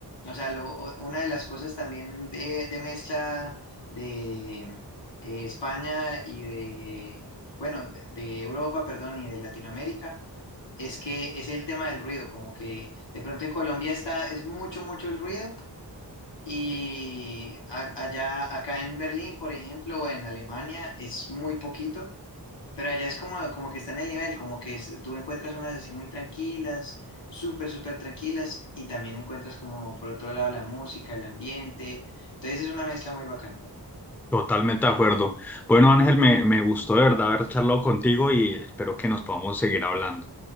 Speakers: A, on the left (about 85°); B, in the centre.
A: o sea, lo- o- una de las cosas también de, de mezcla de eh, España y de, bueno, de de Europa, perdón, y de Latinoamérica es que es el tema del ruido, como que de pronto en Colombia está, es mucho, mucho el ruido, y a- allá, acá en Berlín, por ejemplo, o en Alemania, es muy poquito, pero allá es como, como que está en el nivel, como que es- tú encuentras unas así muy tranquilas, súper, súper tranquilas, y también encuentras como por otro lado la música, el ambiente. Entonces es una mezcla muy bacana también.
B: Totalmente de acuerdo. Bueno, Ángel, me, me gustó de verdad haber charlado contigo y espero que nos podamos seguir hablando.